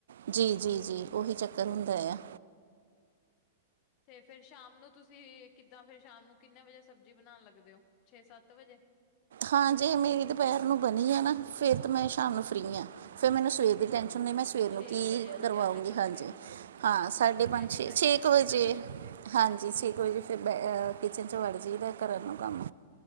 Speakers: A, on the right (about 75°); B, on the left (about 45°).
A: ਜੀ, ਜੀ, ਜੀ ਓਹੀ ਚੱਕਰ ਹੁੰਦਾ ਆ।
B: ਤੇ ਫੇਰ ਸ਼ਾਮ ਨੂੰ ਤੁਸੀਂ ਕਿੱਦਾਂ ਫਿਰ ਸ਼ਾਮ ਨੂੰ ਕਿੰਨੇ ਵਜੇ ਸਬਜ਼ੀ ਬਨਾਨ ਲੱਗਦੇ ਓ ਛੇ-ਸੱਤ ਵਜੇ।
A: ਹਾਂ ਜੇ ਮੇਰੀ ਦੁਪਹਿਰ ਨੂੰ ਬਨੀ ਏ ਨਾ ਫੇਰ ਤਾਂ ਮੈਂ ਸ਼ਾਮ ਨੂੰ ਫ੍ਰੀ ਆਂ। ਫੇਰ ਮੈਨੂੰ ਸਵੇਰ ਦੀ ਟੈਂਸ਼ਨ ਹੁੰਦੀ ਮੈਂ ਸਵੇਰ ਨੂੰ
B: ਛੇ
A: ਕੀ
B: ਕੁ ਵਜੇ ਹਨਾ
A: ਕਰਵਾਉਂਗੀ
B: ਸਾਢੇ ਪੰਜ
A: ਹਾਂਜੀ
B: ਛੇ ਵਜੇ
A: ਹਾਂ ਸਾਢੇ ਪੰਜ-ਛੇ
B: ਇਹੀ
A: ਛੇ
B: ਟਾਈਮ
A: ਕ
B: ਸਾਡਾ
A: ਵਜੇ
B: ਵੀ ਇਹੀ ਹੈ
A: ਹਾਂਜੀ ਛੇ ਕੁ ਵਜੇ ਫਿਰ ਬੈ ਕਿਚਨ 'ਚ ਵੜ ਜਈਦਾ ਕਰਨ ਨੂੰ ਕੰਮ।